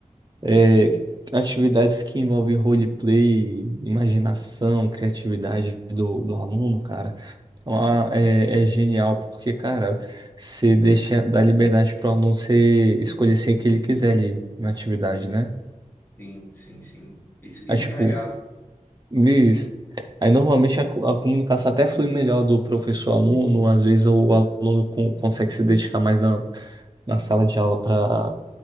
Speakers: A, on the right (about 35°); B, on the left (about 15°).
A: é, atividades que envolvem roleplay, imaginação, criatividade do, do aluno, cara. lá é, é genial, porque, cara, você deixa, dá liberdade para o aluno você escolher ser que ele quiser ali na atividade, né?
B: Sim, sim, sim. Isso, isso
A: Aí, tipo,
B: que é legal.
A: Luiz, aí normalmente a, co- a comunicação até flui melhor do professor-aluno, às vezes o aluno con- consegue se dedicar mais na, na sala de aula para.